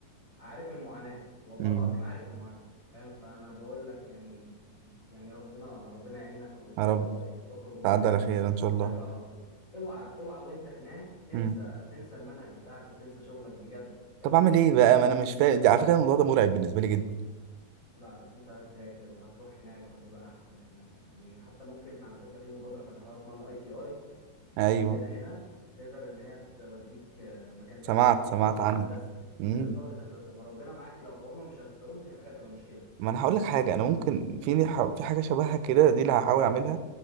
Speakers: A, on the left; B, on the right.
A: عارف المعاناة والله
B: امم
A: العظيم عارف المعاناة فاهم فأنا بقول لك يعني يعني ربنا ربنا يعينك وإن شاء
B: يا رب
A: الله يعني تخرج منه
B: تعدي على خير ان شاء
A: تسافر
B: الله
A: على طول اوعى اوعى وانت هناك تنسى
B: امم
A: تنسى المنهج بتاعك وتنسى شغلك بجد
B: طب
A: اوعى
B: اعمل ايه بقى ما انا مش فاهم دي على فكره الموضوع ده مرعب بالنسبه لي جدا
A: لا لا انت هتذاكر وهتروح هناك وهتبقى احسن كمان يعني حتى ممكن على فكرة في مبادرة فتحوها اسمها الاي تي اي
B: ايوه
A: عندنا هنا تقدر ان هي توديك آه، مكان تاني
B: سمعت
A: بس دي
B: سمعت
A: لطلبة
B: عنه
A: هندسة بس
B: امم
A: دي لطلبة هندسة فربنا معاك لو هم مش هيختاروك دي حاجة هتبقى مشكلة
B: ما انا هقول لك حاجه انا ممكن في في حاجه شبهها كده دي اللي هحاول اعملها